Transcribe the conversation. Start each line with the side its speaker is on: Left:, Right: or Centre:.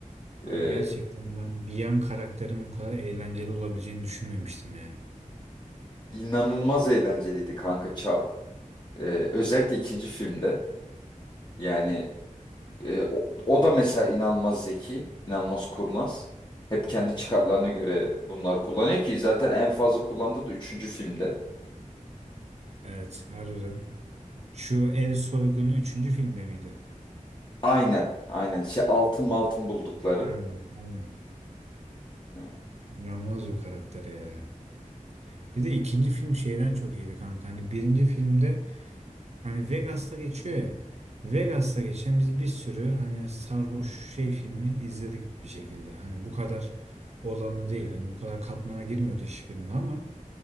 Right: Abi
Left: E,
Right: gerçekten ben bir yan karakterin bu kadar eğlenceli olabileceğini düşünmemiştim ya.
Left: inanılmaz eğlenceliydi kanka Chav. E, özellikle ikinci filmde. Yani E, o, o da mesela inanılmaz zeki, inanılmaz kurnaz. Hep
Right: Hı hı.
Left: kendi çıkarlarına göre bunlar kullanıyor ki zaten en fazla kullandığı da üçüncü filmde.
Right: Evet, harbiden. Şu ev soygunu üçüncü filmde miydi?
Left: Aynen, aynen. Şey altın altın buldukları.
Right: Ha, aynen.
Left: Hı
Right: İnanılmaz bir karakter ya. Bir de ikinci film şeyden çok iyiydi kanka. Hani birinci filmde hani Vegas'ta geçiyor ya. Vegas'ta geçen biz bir sürü hani sarhoş şey filmi izledik bir şekilde. Hani bu kadar olanlı değil. Hani bu kadar katmana girmiyordu hiçbirinde ama